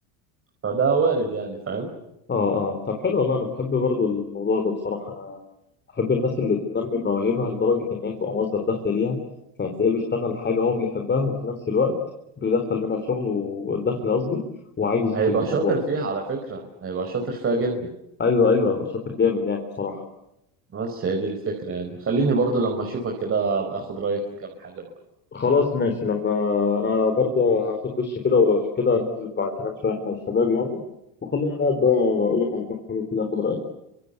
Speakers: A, on the right; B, on the left.
A: فده وارد يعني فاهم
B: اه اه طب حلو والله انا بحب برضو الموضوع ده بصراحه انا بحب الناس اللي تنمي مواهبها لدرجه انها تبقى مصدر دخل ليها فهتلاقيه بيشتغل حاجه هو بيحبها وفي نفس الوقت بيدخل منها شغل والدخل قصدي وعايش
A: هيبقى
B: بالموضوع
A: شاطر
B: يعني
A: فيها على فكرة هيبقى شاطر فيها جدا
B: ايوه ايوه هيبقى شاطر جامد يعني بصراحه
A: بس هي دي الفكرة يعني خليني برضو لما أشوفك كده أبقى أخد رأيك في كام حاجة بقى
B: خلاص ماشي لما انا برضو هاخد دش كده ولو ش- كده ننزل بعد كمان شويه احنا والشباب يعني وخلينا نقعد بقى اقول لك على كام حاجه كده اخد رايك فيها